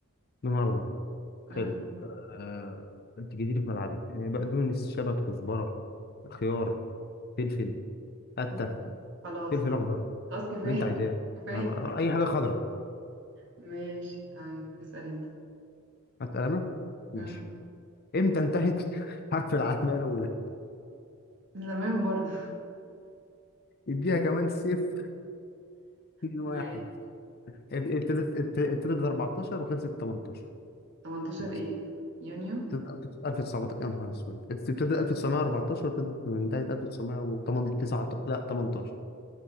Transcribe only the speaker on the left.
لون اخضر حلو
آه، انت جيتي لي في ملعبي آه، بقدونس شبت كزبره خيار فلفل قته
فلفل
اخضر
اللي انت عايزاه
انا بقى اي حاجه خضراء
اسال انا ماشي
امتى انتهت <laughs> حرب العالميه الاولى
اديها كمان صفر اتنين
واحد ابتدت ابت- ابتدت 14 وخلصت 18
بس
ابتدت 1919 يا نهار اسود ابتدت 1914 وابتدت انتهت 1918 لا 18